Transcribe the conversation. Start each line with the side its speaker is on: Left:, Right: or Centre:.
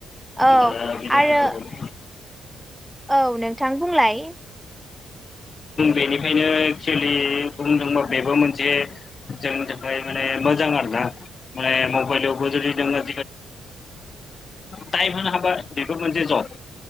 Centre: औ
Left: दा बिदिनो
Centre: आरो औ नोंथां बुंलाय
Left: बेनिखायनो एक्सुलि बुंनो थाङोब्ला बेबो मोनसे जोंनि थाखाय माने मोजां आरोना मने मबाइलावबो नोङो थायेम हौनो हाबा मोनसे जब